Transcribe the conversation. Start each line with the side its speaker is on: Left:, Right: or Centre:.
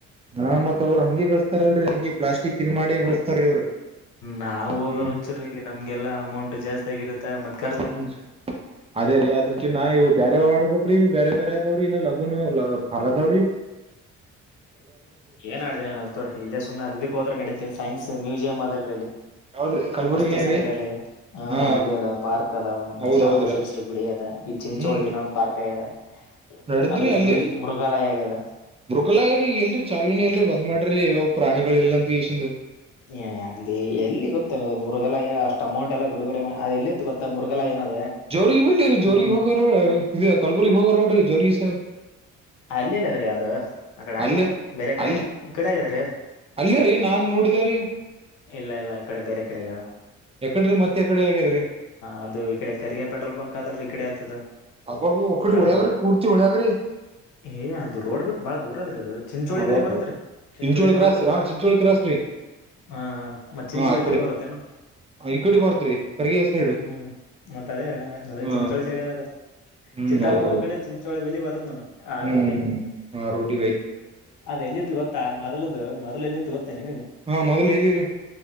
Right: ಹಾ ಮತ್ ಅವರು ಹಂಗೆ ಗಳಿಸಸ್ತಾರಲ್ರರಿ ಹಂಗಿ ಪ್ಲಾಸ್ಟಿಕ್ ಇದ್ ಮಾಡಿ ಗಳಸ್ತಾರೀ ಅವ್ರು
Left: ನಾವವು
Right: ಹ್ಮ್
Left: ಹೋಗೋರ್ ಹುಚ್ಚರ ಇಲ್ಲಿ ನಮ್ಗೆಲ್ಲಾ ಅಮೌಂಟ್ ಜಾಸ್ತಿ ಆಗಿರುತ್ತ ಮತ್ತೆ
Right: ಹ್ಮ ಅದೇ ರೀ ಅದ್ರಕಿನ್ನ ಇವು ಬೇರೆ್ ಮಾಡಬೇಕ್ರೀ ಬೇರೆ ಬೇರೆ ರಿ ಲಘು ನ ಭಳ ದಾವರಿ
Left: ಏನ್ ಆಡಿದ್ರಿ ನ ಅ ತ ಇಲ್ಲೇ ಸುಮ್ಮನೆ ಅದಕ್ ಹೋದ್ರೆ ನಡೀತಿೀರಿ ಸೈನ್ಸ್ ಮ್ಯೂಸಿಯಂ್ ಅದಲ್ರರಿ ಇಲ್ಲಿ
Right: ಯಾವದ್ರಿ ಕಲ್ಬುರ್ಗಿನ್ಯಾಗ್ರಿ
Left: ವಸ್ತು ಸಂಗ್ರಹಾಲಯ ಹ
Right: ಹಾ
Left: ಅಲ್ಲಿ ಅದ ಪಾರ್ಕ್ ಕದ ಮ್ಣ
Right: ಹೌದೌದ್ರಿ
Left: ವ ಗುಡಿ ಅದದೆ ಈ ಚಿಚೋಳಿ
Right: ಹ್ಮ್ ರೀ
Left: ದಿನ ಒಂದ ಪಾರ್ಕ್ ಇದೆ
Right: ನಡದ್ರಿ
Left: ಅದು
Right: ಅಲ್ಲಿ
Left: ಮ್ಯ ಮೃಗಾಲಯ ಆಗದ
Right: ಮೃಗಲಾಯನ ಎಲ್ರಿ ಚಾೂನೆಿ ಎಲ್ರಿ ಬಂದ್ ಮಾಡ್ರಿ ಯ್ ಪ್ರಾಣಿಗಳ ಇಲ್ಲ ಅಂತ ಎಸಿಂದ
Left: ಏ ಅಲ್ಲಿ ಎಲ್ಲಿ ಗೊತ್ತೇನೆದು ಮುೃಗಾಲಯ ಅಷ್ಟ್ ಅಮೌಂಟ್ ಎಲ್ಲಾ ಬಿಡುಗಡೆ ಅದ ಎಲ್ಲ ಗೊತ್ತ ಮುೃಗಾಲ ಏನಾದ
Right: ಜೋರಿಗೆ ಬನ್ನಿ ರೀ ಜೋರಿಗೆ ಹೋಗಾರ ಇದ ಕಲ್ಬುರಗ ಹೋಗ ನೋಡ್ರಿ ಜೋರಿಗೆಸ
Left: ಅಲ್ಲ ಇಲ್ಲ ಅದ್ರೀ ಅದು ಆ ಕಡೆ ಆಗಿಲ್ಲ
Right: ಅಲ್ಲೇ
Left: ಬೇರೆ ಕಡೆ
Right: ಅಲ್ಲಿ
Left: ಆಗ್ಯ ಈ ಕಡೆ ಆಗ್ಯಾದ್ರೀ ಅದು
Right: ಅಲ್ಲೇ ರೀ ನಾನ್ ನೋಡಿದ ರೀ
Left: ಇಲ್ಲ ಇಲ್ಲ ಈ ಕಡೆ ಬೇರೆ ಕಡೆಗೆ ಹ
Right: ಯಕಡ್ರಿ ಮತ್ತೆ ಯಕಡೆ ಆಗ್ಯದ್ರಿ
Left: ಅದು ಈಡೆ ಕಖರ್ಗೆ ಪೆಟ್ರೋಲ್ ಪಂಕ್ ಆದದಲ್ರಿ ಇಕಡೆ ಆತದ
Right: ಹಬ್ಬಬ ಒಕಡಿಿ
Left: ಕೆಳಗ
Right: ಓಳಾಕರಿ
Left: ಹೋಗ
Right: ಪೂರ್ತಿ ಓಳಾ ಕರಿ
Left: ಏ ಅದದು ರೋಡ್ ಬಿಟ್ಟು ಬಾಳ ದೂರ ಆದ್ರಿ ಅದ ಚಿಂಚೋಳಿ
Right: ಅಬ್ಬಬ್ಬ
Left: ಬಲಿ ಬರದ್ರಿ ಚಿಂಚೋಳಿ ಸಮೀಪದ
Right: ಕ್ರಾಸ್ ಹಾ ಚಿಂಚೋಳಿ ಕ್ರಾಸ್ ರೀ
Left: ಹಾ ಮತ್ತ ಚಿಂಚೋಳಿ
Right: ಹಾ ಆ
Left: ಈ ಕಡೆ ಬರುತ್ತೇನಾ
Right: ಈ ಕಡೆ ಬರ್ತ್ರಿ ಕರ್ಗೆ ಸೈಡ್
Left: ಹ್ಮ್ ಮತ್ತ ಅದೇ ಏನ್ತ
Right: ಹ
Left: ಚಿಂಂತೋಳಿ ಸೈಡ್ ಅ
Right: ಹ್ಮ್
Left: ಚಿತ್ತಾಪೂರ್
Right: ಹೌದೌದು
Left: ಕಡೆ ಚಿಂಚೋಳಿ ಬಳಿ ಬರತ್ತತ್ ನೋಡ ಆ
Right: ಹ್ಮ್
Left: ರೋಟಿ
Right: ಹ ರೋಟಿ
Left: ಅದ ಎಲ್ಲಿತ್ತು ಗೊತ್ತಾ ಮೊದಲ್ದ ಮೊದ್ ಎಲ್ಲಿತ್ತು ಗೊತ್ತೇ ನಿನಗೆ
Right: ಹಾ ಮೊದಲ್ ಎಲ್ಲಿರಿ